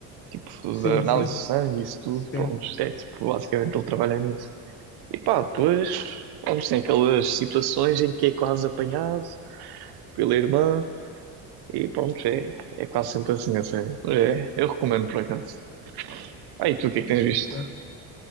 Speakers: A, on the right; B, on the left.
A: tipo
B: Sim,
A: da análise
B: sim,
A: de sangue, isso tudo,
B: sim.
A: pronto, é tipo, basicamente ele trabalha nisso. E pá, depois, vamos, tem aquelas situações em que é quase apanhado pela irmã, E pronto, é, é quase sempre assim, a sério. É, eu recomendo por acaso. Ah, e tu o que é que tens
B: ok.
A: visto?